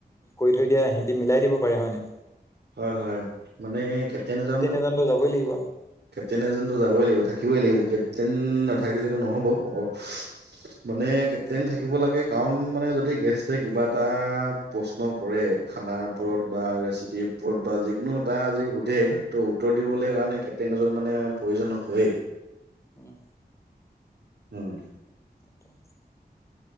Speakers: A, on the left (about 15°); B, on the right (about 70°).
A: কৈ থৈ দিয়া মিলাই দিব হেতি।
B: হয় হয়, মানে কেপ্টেইন এজন
A: এজনতো যাবই লাগিব।
B: কেপ্টেইন এজনতো যাবই লাগিব থাকিবই লাগিব কেপ্টেইন থাকিলেটো নহ'ব অ মানে কেপ্টেইন থাকিব লাগে কাৰণ মানে যদি গেষ্টে কিবা এটা প্ৰশ্ন কৰে খানাৰ ওপৰত
A: হয়।
B: বা ৰেচিপিৰ ওপৰত বা যিকোনো এটা আজি সুধে ত উ উত্তৰ দিবলে
A: উম,
B: কাৰণে পেনজৰ মানে প্ৰয়োজন হয়েই
A: উম
B: উম
A: সেইটোৱে।